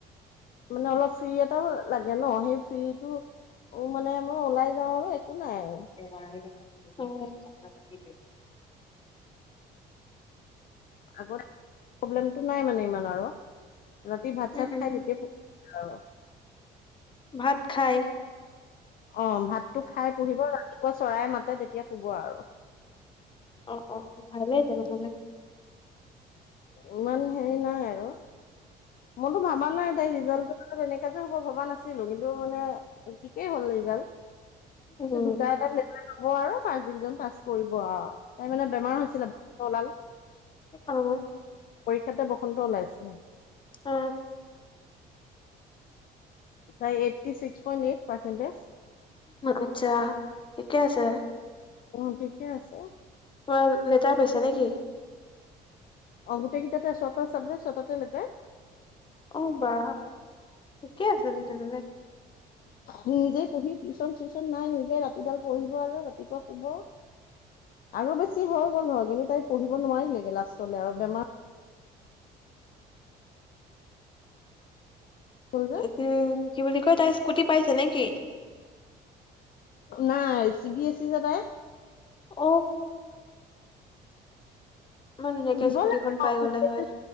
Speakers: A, on the left; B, on the left.
A: মানে অলপ ফ্ৰী এটাও লাগে ন সেই ফ্ৰী টো উম, মানে মই ওলাই যাও আৰু। একো নাই
B: <unintelligible>
A: আগত প্ৰব্লেমটো নাই মানে ইমান আৰু। ৰাতি ভাত
B: উম
A: চাত
B: উম
A: খাই তেতিয়া আৰু।
B: ভাত খাই
A: অ, ভাতটো খাই পুহিব ৰাতিপুৱা চৰাই মাতে তেতিয়া শুব আৰু।
B: অ', অ', ভালেই তেনেহলে
A: ইমান হেৰি নাই আৰু মইতো ভাবা নাই তাই ৰিজাল্টটো তেনেকা যে হ'ব ভবা নাছিলো কিন্তু মানে ঠিকেই হ'ল ৰিজাল্ট
B: উম
A: তাতে দুটা এতাত লেটাৰ পাব আৰু ফাৰ্ষ্ট ডিভিজন পাছ কৰিব আৰু। তাই মানে বেমাৰ হৈছিলে বসন্ত ওলাল।
B: অ',
A: পৰীক্ষাতে বসন্ত ওলাইছে।
B: অ',
A: তাইৰ eighty six point eight percentage.
B: আচ্ছা ঠিকে আছে।
A: অ, ঠিকে আছে।
B: কোৱা লেটাৰ পাইছে নেকি?
A: অ, গোটেইকেইটাতে ছটা চাবজেক্ট ছতাতে লেটাৰ।
B: অ, বা ঠিকে আছে তেনেহলে।
A: <inaudible> নিজে পঢ়ি টিউশচন চিচন নাই নিজে ৰাতিডাল পঢ়িব আৰু ৰাতিপুৱা শুব। আৰু বেছি হৈ গ'ল নহয় কিন্তু তাই পঢ়িব নোৱাৰিলেগে লাষ্টলৈ আৰু বেমাৰ। ক'ল য।
B: উম, কি বুলি কয় তাইৰ স্কুটি পাইছে নে কি?
A: নাই চি বি এছ ই যে তাই।
B: অ, মই ধুনীয়াকে
A: দিব
B: স্কুটিখন
A: লাগে
B: পাই
A: অ চি
B: গলে
A: বি এছ
B: হয়।
A: ই